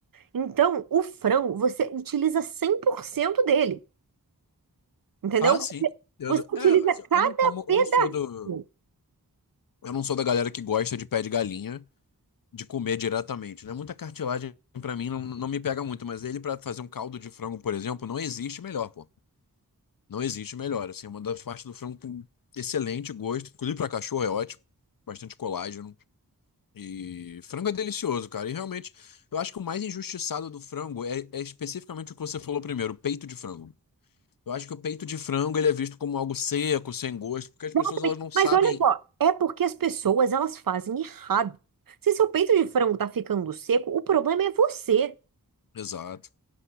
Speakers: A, on the right; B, on the left.
A: Então, o frango, você utiliza 100% dele, entendeu?
B: Ah,
A: Você
B: sim, com certeza.
A: você utiliza
B: É, assim,
A: cada
B: eu não como,
A: pedacinho.
B: eu não sou do, eu não sou da galera que gosta de pé de galinha, de comer diretamente, né? Muita cartilagem pra mim não, não me pega muito, mas ele pra fazer um caldo de frango, por exemplo, não existe melhor, pô. Não existe melhor. Assim, é uma das partes do frango com excelente gosto. Inclusive para cachorro é ótimo. Bastante colágeno. E frango é delicioso, cara. E realmente, eu acho que o mais injustiçado do frango é, é especificamente o que você falou primeiro, o peito de frango. Eu acho que o peito de frango ele é visto como algo seco, sem gosto, porque as
A: Exatamente.
B: pessoas elas não sabem.
A: Mas olha só, é porque as pessoas, elas fazem errado. Se seu peito de frango tá ficando seco, o problema é você.
B: Exato.